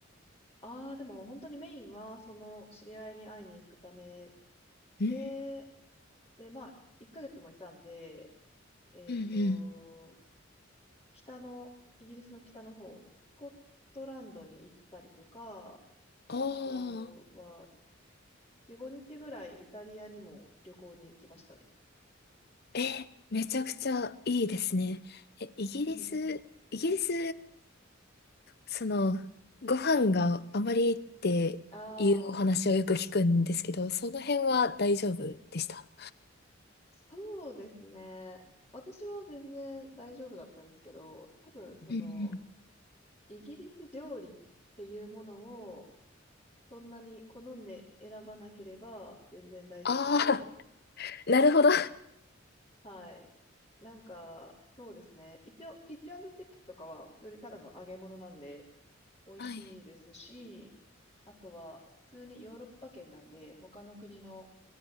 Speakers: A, on the left; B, on the left.
A: ああ、でも本当にメインは、その知り合いに会いに行くため
B: うん、
A: で、で、まあ、1ヶ月もいたんで、えっと、
B: うん、うん。
A: 北の、イギリスの北の方、スコットランドに行ったりとか、
B: ああ、
A: あとは、4、5日ぐらいイタリアにも旅行に行きましたね。
B: え、めちゃくちゃいいですね。え、イギリス、
A: <laughs>
B: イギリス、その、ご飯があまりっていうお話をよく聞くんですけど、
A: ああ、
B: その辺は大丈夫でした。
A: そうですね。私は全然大丈夫だったんですけど、多分その、
B: うんうん。
A: イギリス料理っていうものを、そんなに好んで選ばなければ全然大丈夫で、
B: ああ、<laughs> なるほど。
A: はい。なんか、そうですね。一応、ピッチチップとかは、それただの揚げ物なんで、美味しいですし、
B: はい。
A: あとは普通にヨーロッパ圏なんで、他の国の